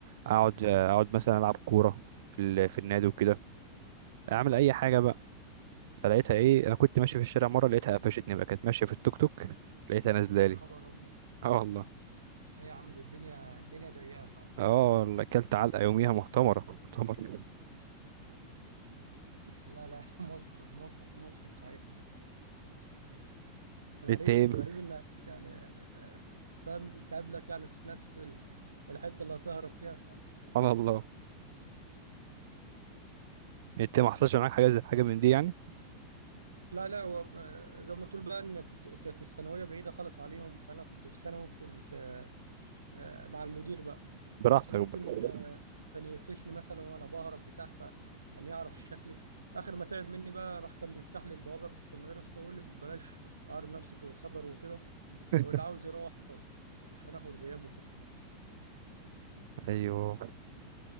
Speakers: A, on the right; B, on the right.
A: اقعد آه، اقعد مثلا العب كوره في ال... في النادي وكده اعمل اي حاجه بقى فلقيتها ايه انا كنت ماشي في الشارع مره لقيتها قفشتني بقى كانت ماشيه في التوك توك لقيتها نازله
B: يا
A: لي
B: خبر ابيض
A: اه والله
B: هي يا عم ده الدنيا الدنيا ضيقة صحيح
A: اه والله اكلت علقه يوميها محتمره محتمره
B: <laughs> لا لا موقف موقف مضحك صحيح غريب
A: انت ايه
B: غريب
A: سبحان
B: انك يعني آه، فاهم تقابلك يعني في نفس ال- الحتة اللي هتهرب فيها
A: الله انت ما حصلش معاك حاجه زي حاجه من دي يعني
B: لا لا هو آه، زي ما تقول بقى ان كنت كانت الثانويه بعيده خالص عليهم فانا كنت في ثانوي كنت آه، آه، مع المدير بقى
A: براحتك
B: ممكن
A: بقى
B: آه، كان يقفشني مثلا وانا بهرب بتاع فكان يعرف شكلي اخر ما تعب مني بقى راح كان بيفتح لي البوابه بتاعت المدرسه ويقول لي بلاش تعرض نفسك للخطر وكده
A: <laughs>
B: هو اللي عاوز يروح يروح. مش هناخد غياب وكده
A: ايوه